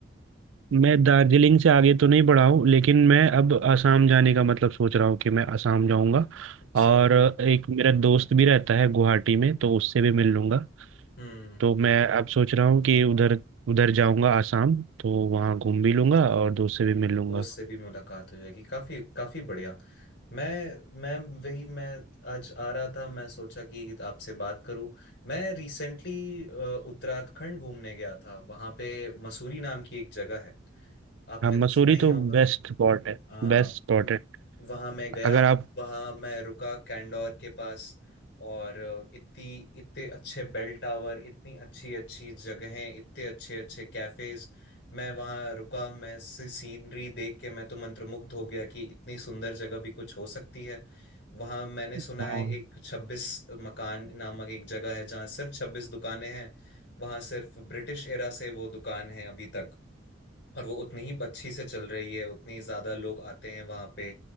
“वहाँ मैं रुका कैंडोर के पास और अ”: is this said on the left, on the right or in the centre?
Left